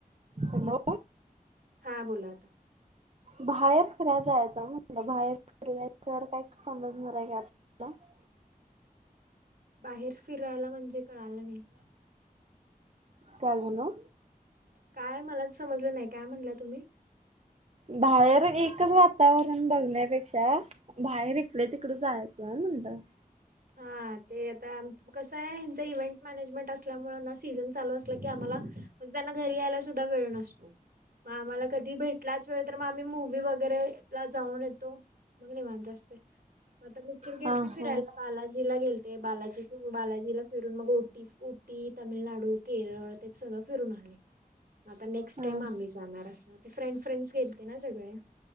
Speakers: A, on the right; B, on the right.
A: हॅलो
B: हां बोला आता.
A: बाहेर फिराय जायचं म्हटलं, बाहेर फिरल्याशिवाय कायं समजणार आहे कायं <unintelligible>
B: बाहेर फिरायला म्हणजे कळालं नाही.
A: काय झालं?
B: काय मलाच समजलं नाही, काय म्हटलां तुम्ही?
A: बाहेर एकचवातावरण बघण्यापेक्षा बाहेर इकडेतिकडे जायचं आहे म्हणलं.
B: हां, ते आता कसायं हेंच मॅनेजमेंटअसल्यामुळे ना सीझन चालूअसलं की आम्हाला त्यांना घरीयायला सुद्धा वेळ नसतो, मग आम्हाला कधी भेटलाच आम्ही मूवी वगैरे ला जाऊन येतो मग निवांत म आता मिस्टर गेलते
A: हा
B: फिरायला.
A: हा
B: बालाजीला गेलते, बालाजीतून बालाजीला फिरून मग उटी, उटी तंमिळनाडू केरळ, ते सगळं फिरून आले. मगआता नेक्स्ट
A: हा
B: टाइम आम्ही जाणार अस, ते फ्रेंड- फ्रेंड्स गेलतेना सगळे.